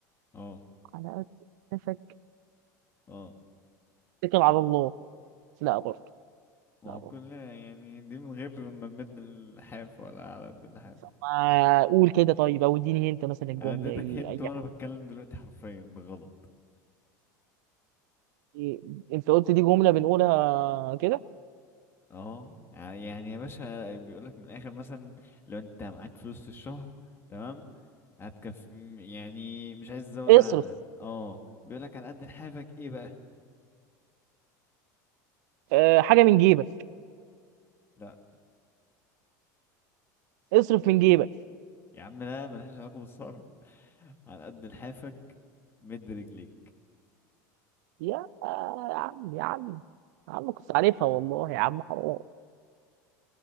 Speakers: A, on the left; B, on the right.
A: اه
B: على قد لحافك
A: اه
B: اتكل على الله لا برضه
A: ما
B: لا
A: هو
B: برضه
A: كلنا يعني دي من غير ما نمد اللحاف ولا على قد اللحاف
B: طب ما قول كده طيب او اديني انت مثلا الجمله
A: انا اديتك
B: اي
A: هنت
B: اي
A: وانا
B: حاجه
A: بتكلم دلوقتي حرفيا بغلط
B: إيه؟ انت قلت دي جمله بنقولها كده
A: اه يعني يا باشا بيقولك من الاخر مثلا لو انت معاك فلوس في الشهر تمام هتكفي م- يعني مش عايز تزود
B: اصرف
A: على قد اه بيقولك على قد لحافك ايه بقى
B: أه حاجه من جيبك
A: لا
B: اصرف من جيبك
A: يا عم لا ملهاش علاقة بالصرف على قد لحافك مد رجليك
B: يا يا عم يا عم يا عم كنت عارفها والله يا عم حرام